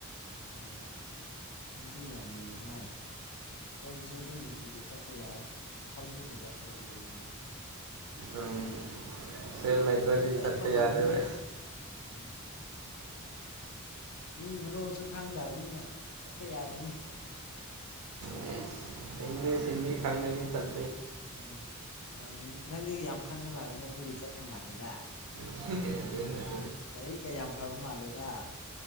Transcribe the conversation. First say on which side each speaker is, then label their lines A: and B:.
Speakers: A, on the left (about 75°); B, on the right (about 85°).
A: ꯑꯣ ꯑꯗꯨꯗꯤ ꯌꯥꯝ ꯂꯩꯌꯦꯦꯅ ꯀꯣꯏꯕꯁꯨ ꯑꯗꯨꯝ ꯅꯨꯡꯇꯤꯒꯤ ꯆꯠꯄ ꯌꯥꯏ ꯃꯐꯝꯁꯨ ꯐꯖ ꯐꯖꯕ ꯂꯩꯅꯤꯅ
B: ꯎꯝ ꯁ ꯃꯩꯗꯔꯗꯤ
A: ꯑꯩꯈꯣꯏꯗꯤ
B: ꯆꯠꯄꯤ
A: ꯆꯠꯄ ꯐꯪꯗꯦꯅꯦ
B: ꯌꯥꯅꯦ ꯃ
A: ꯎꯝ ꯃꯤ ꯃꯔꯣꯜꯁꯨ ꯈꯥꯡꯗꯕꯅꯤꯅ ꯆꯠꯄ ꯌꯥꯗꯅꯤ
B: ꯑꯦꯁ ꯏꯪꯂꯤꯁ ꯍꯤꯟꯤ ꯀꯪꯅꯤ ꯇꯔ
A: ꯎꯝ ꯑꯣ ꯅꯪꯗꯤ ꯌꯥꯝ ꯈꯪꯕ ꯃꯥꯜꯂꯦꯅꯦ ꯑꯗꯨꯒꯤ ꯆꯠꯄ ꯃꯥꯜꯂꯦꯗ
B: ꯊ
A: ꯂꯥꯏꯔꯤꯛ ꯀ ꯌꯥꯝ ꯐꯕ ꯃꯥꯜꯂꯦꯗ